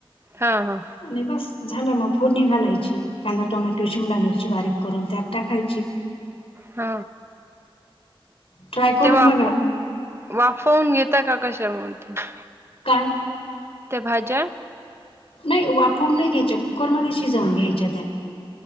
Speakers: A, on the right (about 25°); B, on the left (about 85°).
A: हा, हा
B: आणि बस झालं मग फोडणी घालायची कांदा, टोमॅटो, शिमला मिरची बारीक करून त्यात टाकायची
A: ह
B: ट्राय करून
A: ते वाफ,
B: बघा
A: वाफवून घेता का कशा म तुम्ही
B: काय
A: त्या भाज्या
B: नाही वाफवून नाही घ्यायच्या कुकरमध्ये शिजवून घ्यायच्या त्या